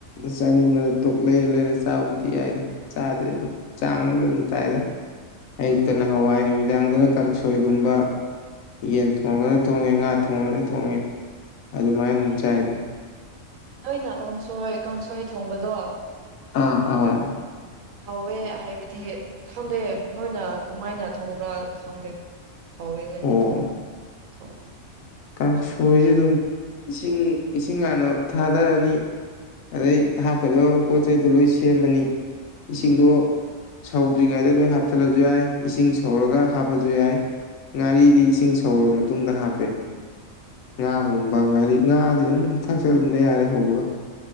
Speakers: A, on the left; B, on the right.
A: ꯆꯥꯅꯤꯡꯕꯗ ꯇꯣꯛ ꯂꯩꯔ ꯂꯩꯔ ꯆꯥꯕꯕꯨꯗꯤ ꯌꯥꯏꯗ ꯆꯥꯗꯦ ꯑꯗꯨꯝ ꯆꯥꯡ ꯑꯃꯗꯤꯝꯗ ꯑꯗꯨꯝ ꯆꯥꯏꯗꯅ ꯑꯌꯨꯛꯇ ꯅꯍꯋꯥꯏ ꯅꯨꯃꯤꯗꯥꯡꯗꯅ ꯀꯥꯡꯁꯣꯏꯒꯨꯝꯕ ꯌꯦꯟ ꯊꯣꯡꯉꯅ ꯊꯣꯡꯉꯦ ꯉꯥ ꯊꯣꯡꯉꯅ ꯊꯣꯡꯉꯦ ꯑꯗꯨꯃꯥꯏꯅ ꯑꯗꯨ ꯆꯥꯏꯗ
B: ꯅꯣꯏꯅ ꯀꯥꯡꯁꯣꯏ ꯀꯥꯡꯁꯣꯏ ꯊꯣꯡꯕꯗꯣ
A: ꯑꯥ ꯑꯥ
B: ꯎ ꯍꯥꯎꯋꯦ ꯍꯥꯏꯕꯗꯤ ꯈꯪꯗꯦ ꯅꯣꯏꯅ ꯀꯃꯥꯏꯅ ꯊꯣꯡꯕ꯭ꯔꯥ ꯈꯪꯗꯦ ꯍꯥꯎꯋꯦꯏ ꯑꯣꯏꯅ
A: ꯑꯣ
B: ꯊꯣꯡ ꯊꯣꯡꯈꯤ
A: ꯀꯥꯡꯁꯣꯏꯁꯤ ꯑꯗꯨꯝ ꯏꯁꯤꯡ ꯏꯁꯤꯡ ꯍꯥꯟꯅ ꯊꯥꯗꯔꯅꯤ ꯑꯗꯩ ꯍꯥꯞꯀꯗꯕ ꯄꯣꯠ ꯆꯩꯗꯣ ꯂꯣꯏ ꯁꯦꯝꯃꯅꯤ ꯏꯁꯤꯡꯗꯣ ꯁꯧꯗ꯭ꯔꯤꯉꯩꯗ ꯂꯣꯏ ꯍꯥꯞꯆꯜꯂꯁꯨ ꯌꯥꯏ ꯏꯁꯤꯡ ꯁꯧꯔꯒ ꯍꯥꯞꯄꯁꯨ ꯌꯥꯏ ꯉꯥꯔꯤꯗꯤ ꯏꯁꯤꯡ ꯁꯧꯔꯕ ꯃꯇꯨꯡꯗ ꯍꯥꯞꯄꯦ ꯉꯥꯒꯨꯝꯕ ꯉꯥꯔꯤ ꯉꯥꯗꯤ ꯑꯗꯨꯝ ꯊꯥꯛꯆꯕ ꯌꯥꯔꯦ ꯍꯧꯕꯒ